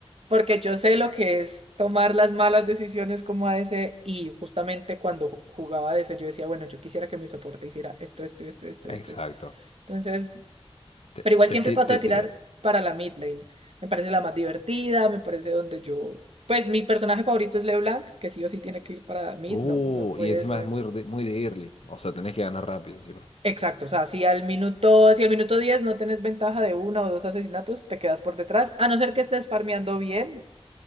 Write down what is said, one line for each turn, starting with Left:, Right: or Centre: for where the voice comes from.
Right: Porque yo sé lo que es tomar las malas decisiones como a ADC y justamente cuando ju- jugaba ADC yo decía, bueno, yo quisiera que mi soporte hiciera esto, esto, esto, esto, esto.
Left: Exacto.
Right: esto". Entonces,
Left: Te,
Right: Pero igual
Left: te
Right: siempre
Left: sir-
Right: trato
Left: te
Right: de tirar
Left: sirve.
Right: para la mid lane. Me parece la más divertida, me parece donde yo... Pues mi personaje favorito es LeBlanc, que sí o sí tiene que ir para mid,
Left: Uh,
Right: no, no puede
Left: y encima
Right: ser.
Left: es muy, de- muy de early. O sea, tenés que ganar rápido encima.
Right: Exacto, o sea, si al minuto, si al minuto 10 no tenés ventaja de una o dos asesinatos, te quedas por detrás, a no ser que estés farmeando bien,